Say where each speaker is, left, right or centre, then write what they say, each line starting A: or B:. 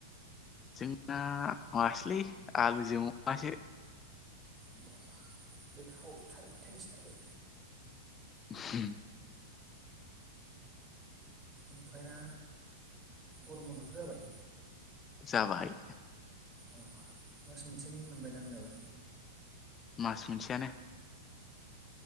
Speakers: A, on the left; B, on the right.
A: जोंना मासलै आलुजों अमासो
B: होनबा गोथावथार माथो नोंसनाबो।
A: <unintelligible>
B: ओमफ्राय ना गरम बन्द' थ' जाबाय।
A: जाबाय
B: अ मास मोनसेनि मोनबायदां नोंनाबो?
A: मास मोनसेयानो